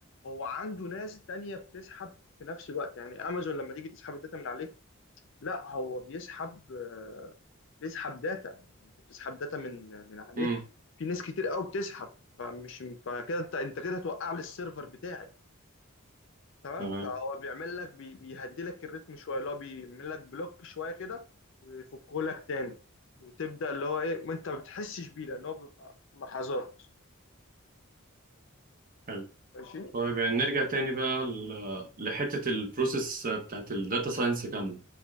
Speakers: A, on the left; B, on the right.
A: هو عنده ناس تانية بتسحب في نفس الوقت يعني أمازون لما تيجي تسحب الداتا من عليه لا هو بيسحب آه، بيسحب داتا يعني انت بتسحب داتا من من عليه
B: امم
A: في ناس كتير قوي بتسحب فمش فكده انت انت كده هتوقع لي السيرفر بتاعي تمام
B: تمام
A: فهو بيعمل لك بي بيهدي لك الريتم شويه اللي هو بيعمل لك بلوك شويه كده ويفكه لك تاني وتبدا اللي هو ايه ما انت ما بتحسش بيه لان هو بيبقى لحظات
B: حلو
A: ماشي
B: طيب يعني نرجع تاني بقى ل- لحتة البروسيس بتاعت الداتا ساينس كاملة